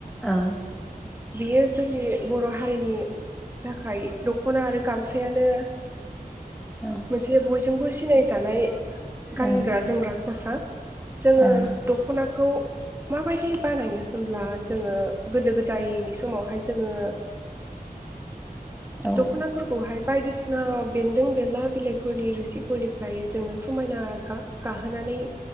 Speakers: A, in the centre; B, on the right.
A: औ
B: बियो जोंनि बर' हारिनि थाखाय द ख'ना आरो गामसायानो
A: औ ओं
B: मोनसे बयजोंबो सिनाय जानाय गानग्रा
A: ओं
B: जोमग्रा <unintelligible> जोङो
A: औ
B: दखनाखौ माबायदि बानायो होमब्ला जोङो गोदो गोदायनि समावहाय जोङो
A: औ
B: दख'नाफोरखौहाय बायदिसिना बेन्दों बेनला बिलाय फोरनि रोसिफोरनिफ्राय जोङो समायना गाब गाहोनानै